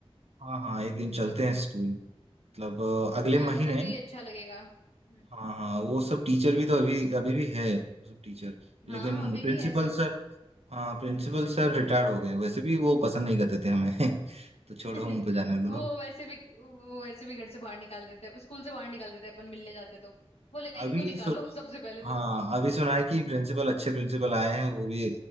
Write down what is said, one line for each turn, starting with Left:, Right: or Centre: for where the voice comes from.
Right: हाँ हाँ एक दिन चलते हैं स्कूल मतलब अ, अगले
Left: मैम
Right: महीने
Left: को भी अच्छा लगेगा हम्म
Right: हाँ हाँ वो सब टीचर भी तो अभी अभी भी है वो सब टीचर
Left: हाँ
Right: लेकिन
Left: अभी
Right: प्रिंसिपल
Left: भी है सब
Right: सर हाँ प्रिंसिपल सर रिटायर्ड हो गए वैसे भी वो पसंद नहीं करते थे हमें <laughs> तो छोड़ो
Left: <laughs>
Right: उनको जाने
Left: वो
Right: दो
Left: वैसे भी वो वैसे भी घर से बाहर निकाल देते हैं स्कूल से बाहर निकाल देते हैं अपन मिलने जाते तो बोले
Right: अभी
Left: इनको निकालो
Right: सु,
Left: सबसे पहले
Right: हाँ
Left: तो
Right: अभी सुना है कि प्रिंसिपल अच्छे प्रिंसिपल आए हैं वो भी